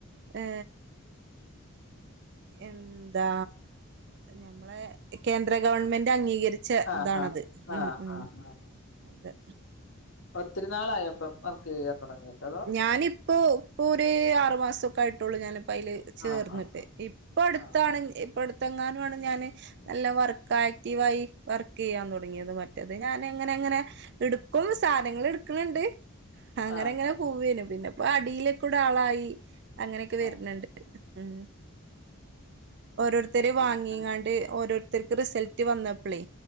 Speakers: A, on the right; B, on the left.
A: ഏ എന്താ ഞമ്മളെ കേന്ദ്ര ഗവൺമെന്റ അംഗീകരി ച്ച
B: ആഹ്
A: ഇ താണത്
B: ആഹ് ആഹ്
A: ഉം ഉം
B: ആഹ് ആഹ്
A: അതെ
B: ഒത്തിരി നാളായപ്പം വർക്ക് ചെയ്യാൻ തൊടങ്ങീട്ട്
A: ഞാനിപ്പോ പ്പോര് ആറ് മാസൊക്കായിട്ടൊള്ളൂ ഞാനിപ്പയില് ചേർന്നിട്ട്
B: ആഹ് ആഹ്
A: ഇപ്പട്ത്താണ്
B: ആഹ്
A: ഇപ്പട്ത്തെങ്ങാനു ആണ് ഞാന് നല്ല വർക്കാക്റ്റീവായി വർക്കിയ്യാൻ തൊടങ്ങിയത് മറ്റത് ഞാനങ്ങനെ ങ്ങനെ ഇടുക്കും സാനങ്ങൾ ഇട്ക്ക്ണ്ണ്ട് അങ്ങനെ
B: ആഹ്
A: ങ്ങനെ
B: ആഹ്
A: പിന്നെ പ്പൊ അടിയിലൊക്കൂടാളായി അങ്ങനക്കെ വര്ന്ണ്ട്
B: ആഹ്
A: ഉം ഓരോരുത്തര് വാങ്ങിങ്ങാണ്ട്
B: പിന്നെ
A: ഓരോര് ത്തർക്ക് റിസൾട്ടറ്റ് വന്നപ്പളേ